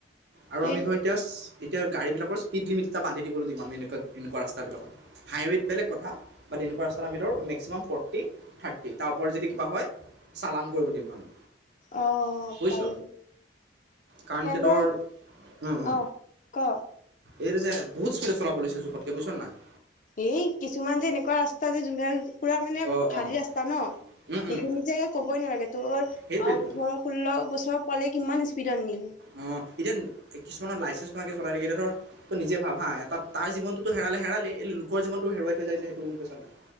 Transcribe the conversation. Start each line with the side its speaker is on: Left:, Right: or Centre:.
Right: আৰু
Left: সেইটোৱে
Right: আমি ধৰ এতিয়া গাড়ীবিলাকৰ স্পীড লিমিট এটা বান্ধি দিবলৈ দিম আমি এনেকা এনেকুৱা ৰাস্তাবিলাকত। হাইৱেত বলেগ কথা বাট এনেুৱা ৰাস্তাত আমি ধৰো মেক্সিাম ফৰ্টি থাৰ্টি তাৰ ওপৰত যদি কিবা হয়। <inaudible> চালান কৰিব দিম আমি
Left: অ
Right: বুজিছ
Left: পাৰি
Right: কাৰণ
Left: তেন্তে
Right: এতিয়া
Left: অ
Right: ধৰ
Left: কহ ।
Right: এইটো যে বহুত স্পিডত চলাব লৈছে জোখত কে বুজিছ নাই ।
Left: এই কিছুমান যে এনেকুৱা ৰাস্তা জোন পুৰা মানে
Right: অ',
Left: খালী
Right: অ',
Left: ৰাস্তা ন
Right: উম,
Left: সেইখিনি।
Right: উম,
Left: মোক যে ক'বই নালাগে তোৰ
Right: সেইটোৱেতো
Left: ওঠৰ ষোল্ল বছৰ। ওচৰ পালে কিমান স্পীড নিম।
Right: অ এতিয়া কিছুমানৰ লাইচেঞ্চ নোৱাকে চলাই থাকিলে ত, নিজে ভাল হা এটা তাৰ জীৱনটো ত, হেৰালে হেৰালে এই লোকৰ জীৱনটো হেৰুৱাই থৈ যায় যে সেইটো মোৰ পছন্দ নাই।